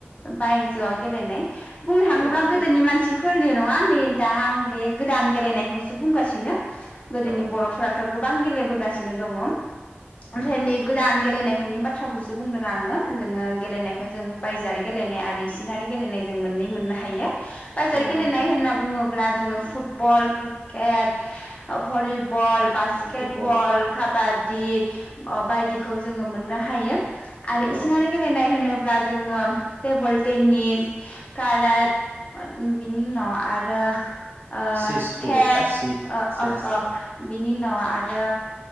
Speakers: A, on the left; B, on the right.
A: बायजोआव गेलेनाय बुंनो थाङोब्ला
B: औ नंगौ
A: गोदोनि मानसिफोरनि नङा नै दा आं <unintelligible> बे गोदान गेलेनायखौसो बुंगासिनो गोदोनि
B: औ दे
A: बरफोराथ गो गोबां गेलेबोगासिनो दङ। आफ्रायनि
B: उम
A: गोदान गेलनाय बेनि बाथ्राखौसो बुंदों आङो जोङो गेलेनायखौ जों बायजोआरि गेलेनाय आरो इसिङारि गेलेनाय जों मोननै मोननो हायो। बायसार
B: औ
A: गेलेनाय
B: नंगौ
A: होनना बुङो ब्ला जोङो फुटबल क्रिकेट भलि बल बास्केटबल
B: भलिबल
A: काबाद दि बायदिखौ जोङो मोननो हायो। आरो
B: औ
A: इसिङारि गेलेनाय होनो ब्ला जोङो टेबोल टेनिस कारात बिनि उनाव आरो ओ
B: सिसबो
A: सेस
B: गैया सिस
A: ओ
B: सेस
A: ओ
B: औ
A: बिनि उनाल आरो